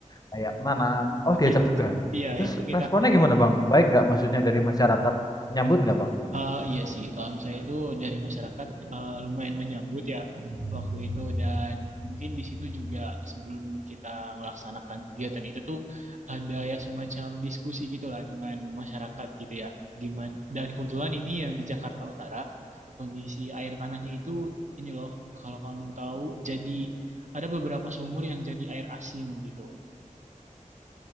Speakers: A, on the left; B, on the right.
A: kayak menanam. Oh, diajak
B: iya,
A: juga.
B: iya
A: Terus
B: itu kita
A: responnya gimana, Bang? Baik nggak maksudnya dari masyarakat nyambut nggak, Bang?
B: Eh, iya sih, kalau misalnya itu dari masyarakat eh, lumayan menyambut ya waktu itu dan mungkin di situ juga sebelum kita melaksanakan kegiatan itu tuh ada ya semacam diskusi gitulah dengan masyarakat gitu ya. Gimana? Dan kebetulan ini yang di Jakarta Utara kondisi air tanahnya itu ini loh kalau kamu tahu jadi ada beberapa sumur yang jadi air asin gitu.